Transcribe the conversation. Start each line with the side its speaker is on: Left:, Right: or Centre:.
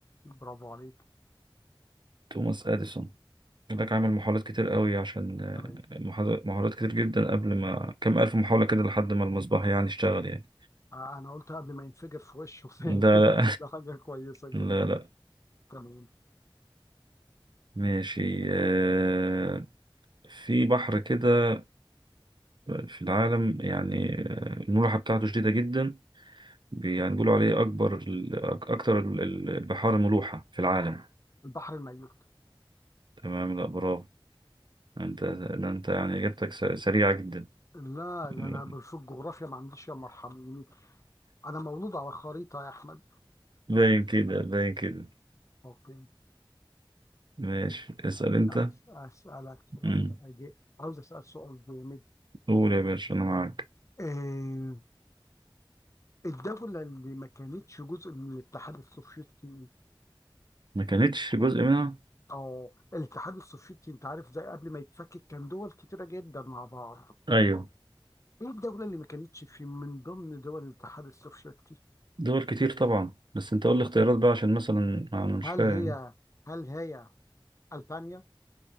Left: برافو عليك
Right: توماس اديسون يقول لك عمل محاولات كتير قوي عشان آه،
Left: تمام
Right: محاول- محاولات كتير جدا قبل ما كم الف محاولة كده لحد ما المصباح يعني اشتغل يعني
Left: آه، أنا قلت قبل ما ينفجر في وشه <laughs> ثاني
Right: ده
Left: ده حاجة كويسة جدا
Right: لا لا لا
Left: تمام
Right: ماشي آه، في بحر كده في العالم يعني آه، الملوحة بتاعته شديدة جدا بي- يعني بيقولوا عليه أكبر ال- أك- أكتر ال- ال- البحار ملوحة في العالم
Left: البحر الميت
Right: تمام لا برافو أنت ده أنت يعني إجابتك س- سريعة جدا
Left: لا
Right: <laughs>
Left: ده انا في الجغرافيا ما عنديش يا مرحميني انا مولود على خريطه يا احمد
Right: باين كده باين كده
Left: اوكي
Right: ماشي اسأل أنت
Left: أس اسالك سؤال
Right: مم.
Left: بقى جي- عاوز اسال سؤال جامد
Right: قول يا باشا انا معاك
Left: آه الدوله اللي ما كانتش جزء من الاتحاد السوفيتي
Right: ما كانتش جزء منها
Left: اه الاتحاد السوفيتي انت عارف ده قبل ما يتفكك كان دول كتيره جدا مع بعض
Right: ايوه
Left: ايه الدوله اللي ما كانتش في من ضمن دول الاتحاد السوفيتي
Right: دول كتير طبعا بس انت قول لي اختيارات بقى عشان مثلا انا مش
Left: هل
Right: فاهم
Left: هي هل هي البانيا